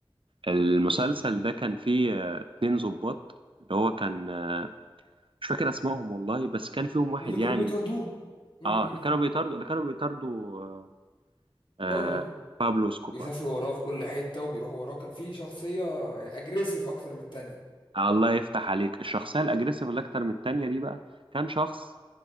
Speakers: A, on the right; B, on the left.
A: المسلسل ده كان فيه آه اتنين ضباط اللي هو كان آه مش فاكر اسمائهم والله بس كان فيهم واحد
B: اللي كانوا
A: يعني
B: بيطاردوه م-
A: اه اللي
B: م.
A: كانوا بيطاردوا اللي كانوا بيطاردوا آه آه
B: بابلو
A: بابلو اسكوبار
B: بيسافروا وراه في كل حتة وبيروحوا وراه كان في شخصية يعني أجريسيف أكتر من التانية
A: الله يفتح عليك الشخصيه الاجريسيف اللي اكتر من التانيه دي بقى كان شخص